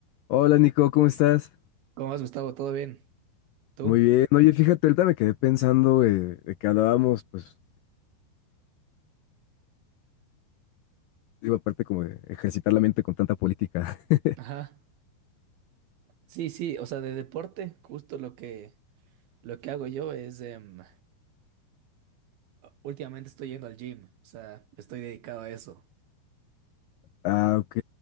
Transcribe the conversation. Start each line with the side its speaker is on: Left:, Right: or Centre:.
Left: Hola Nico, ¿cómo estás?
Right: ¿Cómo vas, Gustavo? ¿Todo bien? ¿Tú?
Left: Muy bien. Oye, fíjate, ahorita me quedé pensando eh, de que hablábamos, pues, digo, aparte como de ejercitar la mente con tanta política. <laughs>
Right: Ajá. Sí, sí, o sea, de deporte, justo lo que, lo que hago yo es, em, últimamente estoy yendo al gym, o sea, estoy dedicado a eso.
Left: Ah, ok.